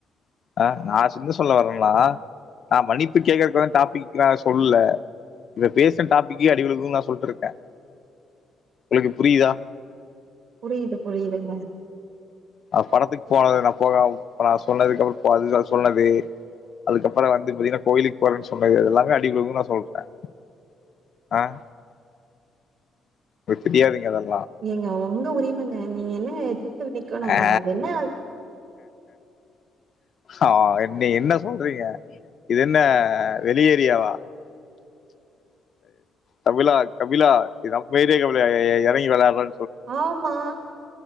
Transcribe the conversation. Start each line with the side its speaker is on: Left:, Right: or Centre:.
Left: அஹ் நான் சின்ன சொல்ல வரேன்னா நான் மன்னிப்பு கேக்றக்கு டாபிக் நான் சொல்லல இப்ப பேசுன டாபிக்கே அடி விழுகுன் நான் சொல்ட்டு இருக்கே <unintelligible> புரியுதா.
Right: புரியுது புரியுதுங்க.
Left: அ படத்துக்கு போனது நான் போக நான் சொன்னதுக்குப்புறம் போ அது சொன்னது அதுக்கப்புறம் வந்து பாத்தீன்னா கோயிலுக்கு போறேன்னு சொன்னது எல்லாமே அடி விழும் நான் சொல்றேன் ஆஹ் தெரியாதுங்க அதெல்ல
Right: நீங்க உங்க உரிமைங்க நீங்க என்னங்க த்து நிக்கணுங்க
Left: ஆ
Right: அது என்ன
Left: ஆ என் என்ன சொல்றீங்க இது என்ன வெளி ஏரியாவா கபிலா கபிலா இது நம்ம ஏரியா கபிலா இறங்கி விளையாடுறா
Right: ஆமா.